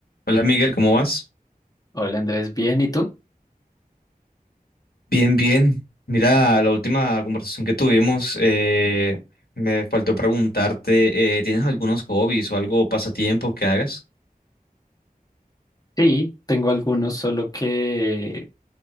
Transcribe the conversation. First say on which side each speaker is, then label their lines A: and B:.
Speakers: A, on the left; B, on the left.
A: Hola Miguel, ¿cómo vas?
B: Hola Andrés, ¿bien? ¿Y tú?
A: Bien, bien. Mira, la última conversación que tuvimos, eh, me faltó preguntarte, eh, ¿tienes algunos hobbies o algo, pasatiempos que hagas?
B: Sí, tengo algunos, solo que